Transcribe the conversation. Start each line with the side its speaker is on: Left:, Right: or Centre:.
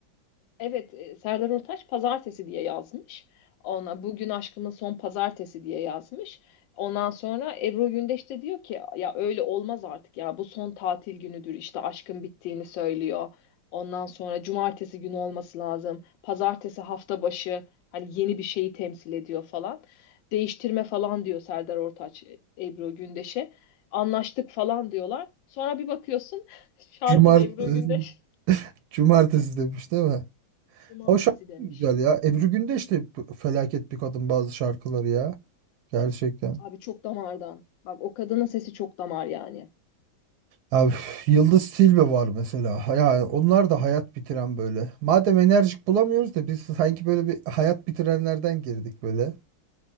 Left: Evet, e, Serdar Ortaç pazartesi diye yazmış. Ona bugün aşkımın son pazartesi diye yazmış. Ondan sonra Ebru Gündeş de diyor ki ya öyle olmaz artık ya bu son tatil günüdür işte aşkın bittiğini söylüyor. Ondan sonra cumartesi günü olması lazım. Pazartesi hafta başı hani yeni bir şeyi temsil ediyor falan. Değiştirme falan diyor Serdar Ortaç e, Ebru Gündeş'e. Anlaştık falan diyorlar. Sonra bir bakıyorsun <laughs> şarkıda
Right: Cumar
Left: Ebru
Right: <laughs>
Left: Gündeş
Right: cumartesi demiş değil mi?
Left: cumartesi
Right: O şarkı
Left: demiş.
Right: da güzel ya. Ebru Gündeş de felaket bir kadın bazı şarkıları ya. Gerçekten.
Left: Abi çok damardan. Bak o kadının sesi çok damar yani.
Right: Ya, üf, Yıldız Tilbe var mesela. Ha- Yani onlar da hayat bitiren böyle. Madem enerjik bulamıyoruz da biz sanki böyle bir hayat bitirenlerden girdik böyle.